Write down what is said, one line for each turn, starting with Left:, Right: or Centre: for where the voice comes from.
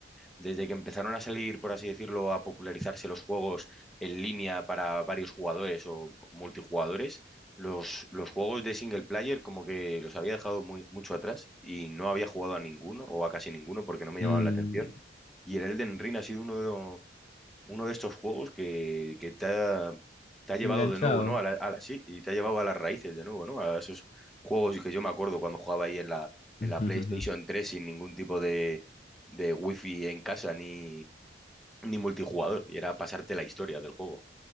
Centre: desde que empezaron a salir, por así decirlo, a popularizarse los juegos en línea para varios jugadores o multijugadores, los, los juegos de single player como que los había dejado muy, mucho atrás y no había jugado a ninguno o a casi ninguno porque no me
Left: Mm,
Centre: llamaban la atención. Y el Elden Ring ha sido uno uno de estos juegos que, que te ha, te ha llevado
Left: enganchado.
Centre: de nuevo, ¿no? A la- a la- sí, y te ha llevado a las raíces de nuevo, ¿no? A esos juegos que yo me acuerdo cuando jugaba ahí en la, en
Left: <laughs>
Centre: la PlayStation 3 sin ningún tipo de, de wifi en casa ni, ni multijugador. Y era pasarte la historia del juego.